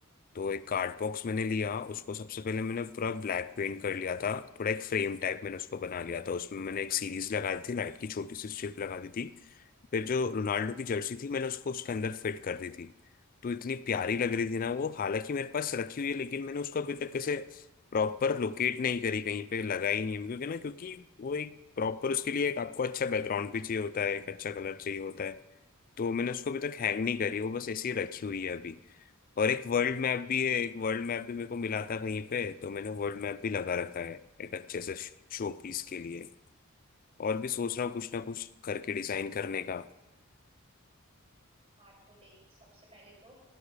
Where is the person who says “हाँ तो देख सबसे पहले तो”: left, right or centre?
Right